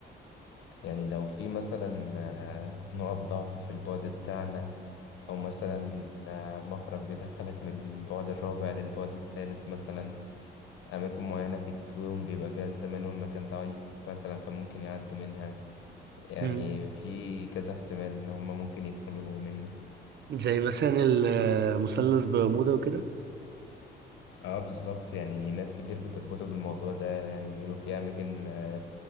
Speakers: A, on the left; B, on the right.
A: يعني لو في مثلا آه، نقط ضعف في البعد بتاعنا او مثلا آه، مخرج بيدخلك من البعد الرابع للبعد الثالث مثلا أماكن معينة في الكون بيبقى فيها الزمان والمكان ضعيف مثلا فممكن يعدوا منها يعني
B: مم.
A: في كذا احتمال إن هما ممكن يدخلوا منه
B: زي مثلا المثلث برمودا وكده
A: اه بالظبط يعني ناس كتير بتربطه بالموضوع ده يعني بيقولوا في أماكن آه،